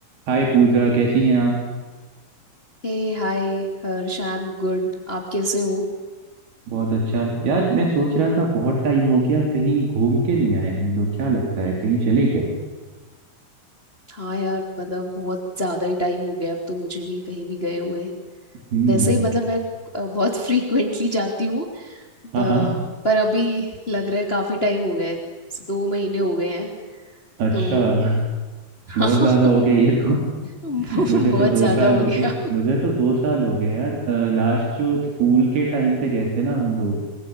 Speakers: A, on the right; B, on the left.
A: हाय पूजा कैसी हैं आप
B: Hey hi Harsh I am good आप कैसे हो
A: बहुत अच्छा यार मैं सोच रहा था बहुत टाइम हो गया कहीं घूम के नहीं आए हम लोग क्या लगता है कहीं चले क्या
B: हाँ यार मतलब बहुत ज़्यादा ही टाइम हो गया अब तो मुझे भी कहीं भी गए हुए
A: हम्म
B: वैसे मतलब मैं अ, बहुत <laughs> फ्रीक्वेंटली जाती हूँ
A: हाँ
B: प-
A: हाँ
B: पर अभी लग रहा है काफ़ी टाइम हो गया है दो महीने हो गए हैं
A: अच्छा
B: तो
A: <laughs>
B: <laughs> हाँ
A: बहुत ज्यादा हो गए ये तो
B: बहुत
A: <laughs> मुझे तो दो
B: ज़्यादा
A: साल
B: हो
A: हो
B: गया
A: गए मुझे तो दो साल हो गए यार लास्ट जो स्कूल के टाइम पे गए थे ना हम लोग